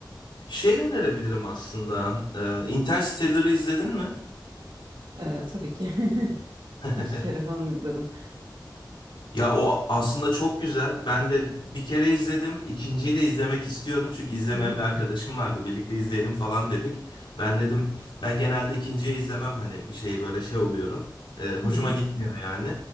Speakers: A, on the left (about 80°); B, on the right (about 70°).
A: Şey önerebilirim aslında. E,
B: Hı.
A: Interstellar'ı izledin mi?
B: Ee, tabii ki. <laughs>
A: <laughs>
B: İki kere falan izledim.
A: Ya o aslında çok güzel. Ben de bir kere izledim. İkinciyi de izlemek istiyorum. Çünkü izlemeyen
B: Hı hı,
A: bir arkadaşım vardı. Birlikte izleyelim falan dedik. Ben dedim ben genelde ikinciyi izlemem. Hani bir şeyi böyle şey oluyorum. Ee, hoşuma
B: hı hı.
A: gitmiyor yani.